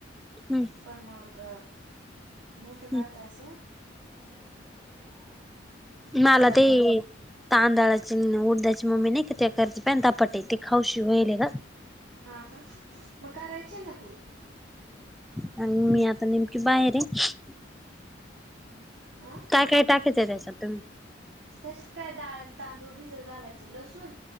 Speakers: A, in the centre; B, on the right.
A: हम्म
B: पण मग मोठं राहत
A: हम्म
B: असं.
A: मला
B: जर
A: ते
B: वाटतं
A: तांदळाची उडद्याची मम्मी नाही क ते करते पेंतापटे ते खाऊशी व्हायले ग.
B: हा का मग करायचे ना तू.
A: आणि मी आता नेमकी बाहेर आहे.
B: आं
A: काय काय टाकायचं त्याच्यात तुम्ही?
B: तस काय दाळण तांदूळ भिजत घालायचे लसूण